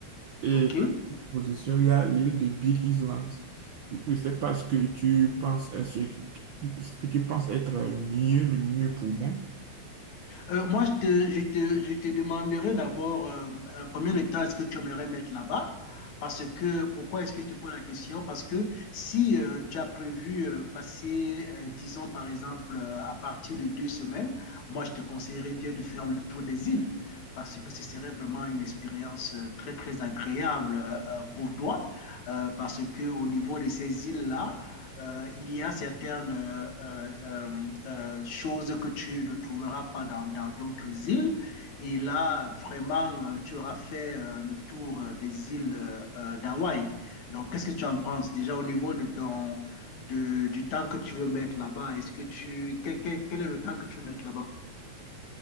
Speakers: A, on the right; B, on the left.
A: et
B: OK.
A: en position, il y a l'île de Big Island. Du coup, je sais pas ce que tu penses, est- ce qui- qui- ce que tu penses être mieux, le mieux pour moi.
B: Euh, moi, je te, je te, je te demanderai d'abord euh, euh, combien de temps est-ce que tu aimerais mettre là-bas? Parce que, pourquoi est-ce que je te pose la question? Parce que si euh, tu as prévu euh, passer, euh, disons par exemple, euh, à partir de deux semaines, moi, je te conseillerais bien de faire le tour des îles. Parce que ce serait vraiment une expérience euh, très, très agréable euh, euh, pour toi. Euh, parce que au niveau de ces îles-là, euh, il y a certaines euh, euh, euh, euh, choses que tu ne trouveras pas dans, dans d'autres îles. Et là, vraiment, euh, tu auras fait euh, le tour euh, des îles euh, euh, d'Hawaï. Donc, qu'est-ce que tu en penses déjà au niveau de ton, de, du temps que tu veux mettre là-bas? Est-ce que tu, quel, quel, quel est le temps que tu veux mettre là-bas?